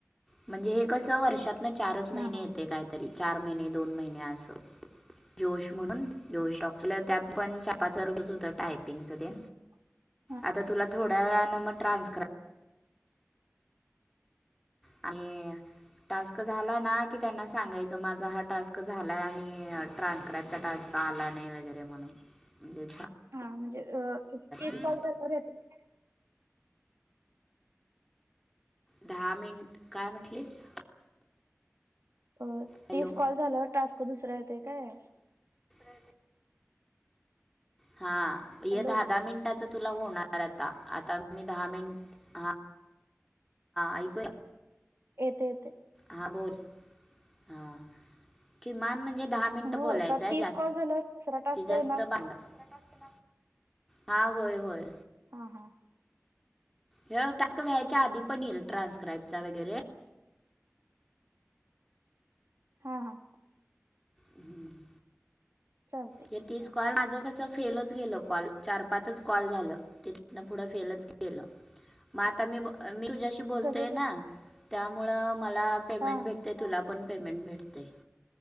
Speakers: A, in the centre; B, on the right (about 70°).
A: म्हणजे हे कसं वर्षातनं चारच
B: हा
A: महिने
B: हा
A: येते कायतरी चार महिने दोन महिने असं. जोश म्हणून जोश डॉक् त्यात पण छपाचं रूपच होत टायपिंगच ते
B: <inaudible>
A: आता तुला थोड्या वेळानं म ट्रान्सक्राई आणि टास्क झाला ना की त्यांना सांगायचं माझा हा टास्क झालाय आणि ट्रान्स्क्राईबचा टास्क का आला नाही वगैरे म्हणून म्हणजे
B: हा म्हणजे अ तीस
A: ते
B: कॉल. <unintelligible>
A: दहा मिनट काय म्हटलीस?
B: अ
A: हॅलो
B: तीस कॉल झाललयावर टास्क दुसरा येतोय काय?
A: तसय <unintelligible> हा हे
B: हॅलो
A: दहा दहा मिनट त्याचं तूला होणार आता आता मी दहा मिन हा ऐकू
B: येतंय येतंय.
A: हां बोल हां किमान म्हणजे दहा मिनिटं
B: हो
A: बोलायचंय
B: आता तीस
A: जास्ती
B: कॉल झाल्यावर दुसरा टास्क
A: जास्त
B: येणार
A: बारा मिंट. हा होय होय.
B: हा हा.
A: ह्यो टास्क व्हायच्या आधी पण येईल
B: हा
A: ट्रान्स्क्राईबचा वगैरे.
B: हा हा.
A: हम्म.
B: चालते
A: येतीस कॉल माझं कसं फेलच गेलं कॉल चार-पाचच कॉल झालं तिथनं पुढं फेलच गेलं. मग आता मी मी तुझ्याशी बोलतेय
B: कसं
A: ना
B: काय
A: त्यामुळ मला पेमेंट
B: हा
A: भे ते तुला पण पेमेंट भेटतय.